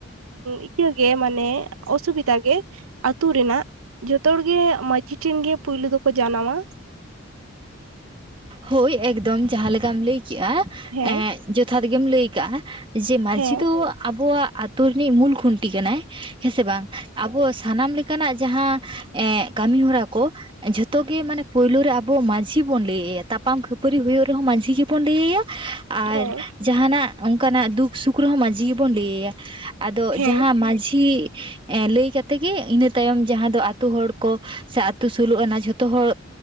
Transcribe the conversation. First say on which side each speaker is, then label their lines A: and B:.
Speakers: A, on the right (about 80°); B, on the right (about 25°).
A: ᱤᱠᱟᱹ ᱜᱮ ᱢᱟᱱᱮ ᱚᱥᱩᱵᱤᱫᱟ ᱜᱮ᱾ ᱟᱛᱩ ᱨᱮᱱᱟᱜ ᱡᱷᱚᱛᱚ ᱦᱚᱲ ᱜᱮ ᱢᱟᱡᱷᱤ ᱴᱷᱮᱱ ᱜᱮ ᱯᱩᱭᱞᱩ ᱫᱚᱠᱚ ᱡᱟᱱᱟᱣᱟ᱾
B: ᱦᱳᱭ, ᱮᱠᱫᱚᱢ ᱡᱟᱦᱟᱸ ᱞᱮᱠᱟᱢ ᱞᱟᱹᱭ ᱠᱮᱜᱼᱟ᱾
A: ᱦᱮᱸ᱾
B: ᱮᱸ ᱡᱚᱛᱷᱟᱛ ᱜᱮᱢ ᱞᱮᱭ ᱠᱟᱜᱼᱟ, ᱡᱮ ᱢᱟᱡᱷᱤ
A: ᱦᱮᱸ
B: ᱫᱚ ᱟᱵᱚᱣᱟᱜ ᱟᱛᱳ ᱨᱤᱱᱤᱜ ᱢᱩᱞ ᱠᱷᱩᱱᱴᱤ ᱠᱟᱱᱟᱭ᱾ ᱦᱮᱸ ᱥᱮ ᱵᱟᱝ, ᱟᱵᱚ ᱥᱟᱱᱟᱢ ᱞᱮᱠ ᱠᱟᱱᱟᱜ ᱡᱟᱦᱟᱸ ᱮᱸ ᱠᱟᱹᱢᱤ ᱦᱚᱨᱟ ᱠᱚ ᱮᱸ ᱡᱷᱚᱛᱚ ᱜᱮ ᱢᱟᱱᱮ ᱯᱳᱭᱞᱳ ᱨᱮ ᱟᱵᱚ ᱢᱟᱡᱷᱤ ᱵᱚᱱ ᱞᱟᱹᱭ ᱟᱭᱟ᱾ ᱛᱟᱯᱟᱢ ᱠᱷᱟᱹᱯᱟᱹᱨᱤ ᱦᱩᱭᱩᱜ ᱨᱮᱦᱚᱸ ᱢᱟᱡᱷᱤ ᱜᱮᱵᱚᱱ ᱞᱟᱹᱭ ᱟᱭᱟ᱾ ᱟᱨ
A: ᱦᱮᱸ
B: ᱡᱟᱦᱟᱸᱱᱟᱜ ᱚᱝᱠᱟᱱᱟᱜ ᱫᱩᱠᱷ ᱥᱩᱠᱷ ᱨᱮᱦᱚᱸ ᱢᱟ. ᱡᱷᱤ ᱵᱚᱱ ᱞᱮᱭ ᱟᱭᱟ ᱟᱫᱚ
A: ᱦᱮᱸ
B: ᱡᱟᱦᱟᱸ ᱢᱟᱡᱷᱤ ᱮᱸ ᱞᱮᱭ ᱠᱟᱛᱮ ᱜᱮ, ᱤᱱᱟᱹ ᱛᱟᱭᱚᱢ ᱡᱟᱦᱟᱸ ᱫᱚ ᱟᱛᱳ ᱦᱚᱲ ᱠᱚ ᱥᱮ ᱟᱛᱳ ᱥᱳᱞᱳ ᱟᱱᱟ ᱡᱷᱚᱛᱚ ᱦᱚᱲ᱾